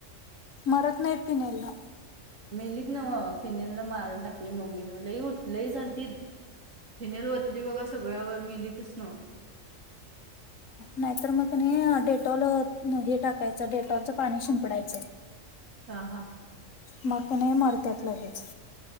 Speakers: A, on the left (about 70°); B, on the right (about 70°).
A: मरत नाही पिण्याला
B: मेलीत ना म फिनेल न मारून टाकली मम्मीन लई होत लई झालते. फिनेल ओतली बघा सगळ्यावर मिलीतचन
A: नाहीतर मग नाही डेटॉल हे टाकायचं डेटॉलच पाणी शिंपडायचं.
B: हा हा.
A: मग नाही मरतात लगेच.